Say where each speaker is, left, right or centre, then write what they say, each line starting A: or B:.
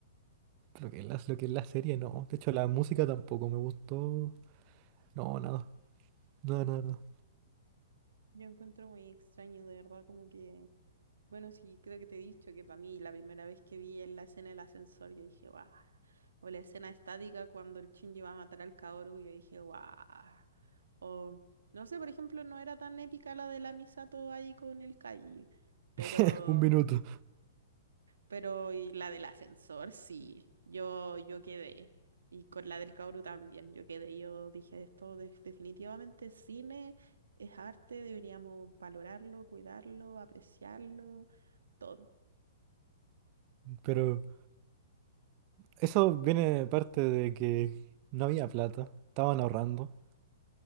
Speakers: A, on the right (about 40°); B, on the right (about 80°).
A: Lo que es la, lo que es la serie, no. De hecho, la música tampoco me gustó. No, nada. Nada, nada, nada.
B: Yo encuentro muy extraño, de verdad, como que Bueno, sí, creo que te he dicho que para mí la primera vez que vi en la escena del ascensor, yo dije, guau. O la escena estática cuando el Shinji va a matar al Kaoru, yo dije, guau. O, no sé, por ejemplo, no era tan épica la de la Misato ahí con el Kai, pero,
A: <laughs> Un minuto.
B: pero y la del ascensor, sí, yo, yo quedé. Y con la del Kaoru también, yo quedé. Yo dije, esto de- definitivamente es cine, es arte, deberíamos valorarlo, cuidarlo, apreciarlo todo.
A: Pero Eso viene de parte de que no había plata, estaban ahorrando.